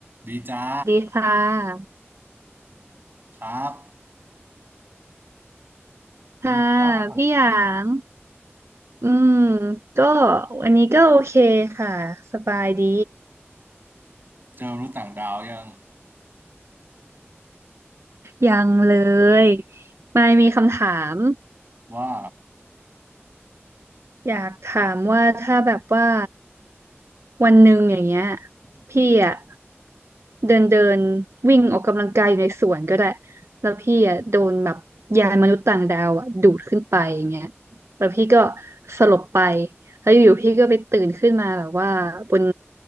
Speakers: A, on the right; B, on the right.
A: ดีจ้า
B: สวัสดีค่ะ
A: ครับเป็นไงบ้าง
B: ค่ะ พี่หยาง อืมก็วันนี้ก็โอเคค่ะสบายดี
A: เจอมนุษย์ต่างดาวยัง
B: ยังเลยไม่มีคำถาม
A: ว่า
B: อยากถามว่าถ้าแบบว่าวันหนึ่งอย่างเงี้ยพี่อะเดินเดินวิ่งออกกำลังกายอยู่ในสวนก็ได้แล้วพี่อะโดนแบบยานมนุษย์ต่างดาวอะดูดขึ้นไปอย่างเงี้ยแล้วพี่ก็สลบไปแล้วอยู่ๆพี่ก็ไปตื่นขึ้นมาแบบว่าบน